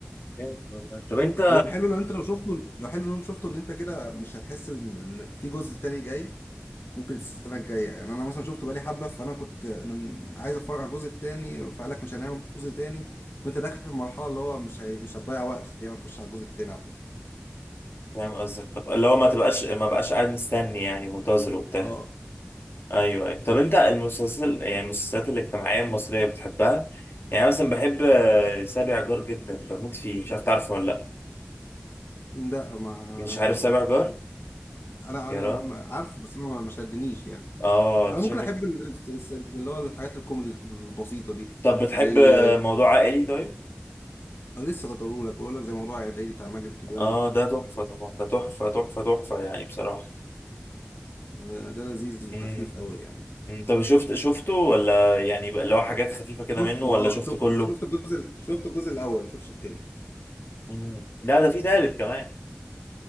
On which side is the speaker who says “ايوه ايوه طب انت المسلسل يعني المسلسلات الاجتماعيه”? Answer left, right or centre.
Left